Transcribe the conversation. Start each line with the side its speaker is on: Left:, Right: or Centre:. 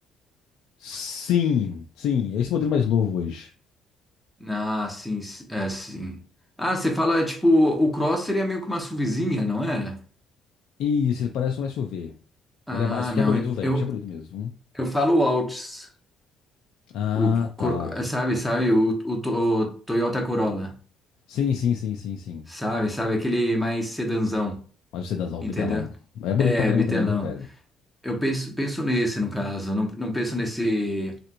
Left: Sim, sim, é esse modelo mais novo hoje.
Centre: Ah, sim, s- é, sim. Ah, você fala, tipo, o Cross seria meio que uma SUVzinha, não era?
Left: Isso, ele parece um SUV.
Centre: Ah,
Left: Ele é mais, só
Centre: não,
Left: que é bonito,
Centre: eu,
Left: viu, velho.
Centre: eu,
Left: O bicho é bonito mesmo. viu?
Centre: eu falo o Altis.
Left: Ah,
Centre: O,
Left: tá.
Centre: Cor- sabe, sabe, o, o, To- o Toyota Corolla,
Left: Sim, sim, sim, sim, sim.
Centre: sabe, sabe, aquele mais sedanzão,
Left: Mas o sedãzão,
Centre: entendeu?
Left: o bitelão. É bonito
Centre: É,
Left: pra caramba
Centre: bitelão.
Left: também, viu, velho?
Centre: Eu penso, penso nesse, no caso, não, não penso nesse,